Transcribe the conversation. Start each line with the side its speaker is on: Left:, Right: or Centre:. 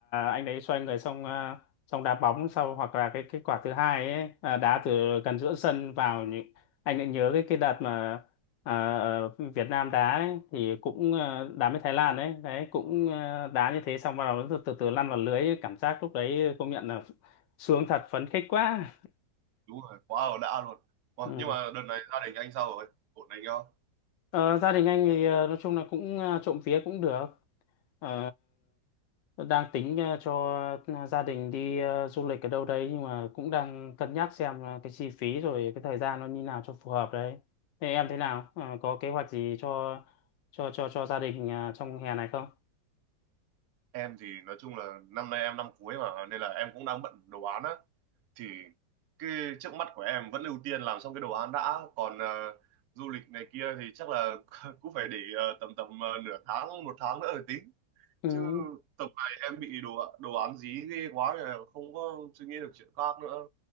Left: anh đấy xoay người xong ờ, xong đá bóng sau hoặc là cái cái quả thứ hai ấy ờ, đá từ gần giữa sân vào những anh lại nhớ cái cái đợt mà ờ, ờ, Việt Nam đá ấy, thì cũng ờ, đá với Thái Lan đấy đấy cũng ờ, đá như thế xong bắt đầu nó từ, từ từ lăn vào lưới ấy. cảm giác lúc đấy công nhận là sướng thật phấn khích quá
Right: Đúng rồi, quá là đã luôn. Ủa,
Left: ừ.
Right: nhưng mà đợt này gia đình anh sao rồi? Ổn anh không?
Left: Ờ, gia đình anh thì ờ, nói chung là cũng ờ, trộm vía cũng được Ờ, tôi đang tính ờ, cho ờ, gia đình đi ờ, du lịch ở đâu đấy nhưng mà cũng đang cân nhắc xem là cái chi phí rồi cái thời gian nó như nào cho phù hợp đấy. Thế em thế nào? Ờ, có kế hoạch gì cho cho cho cho gia đình ờ, trong hè này không?
Right: em thì nói chung là năm nay em năm cuối mà nên là em cũng đang bận đồ án á thì cái trước mắt của em vẫn ưu tiên làm xong cái đồ án đã còn ờ, du lịch này kia thì chắc là <laughs> cũng phải để ờ, tầm tầm ờ, nửa tháng một tháng nữa rồi tính
Left: Ừ.
Right: chứ tầm này em bị đồ đồ án dí ghê quá rồi không có suy nghĩ được chuyện khác nữa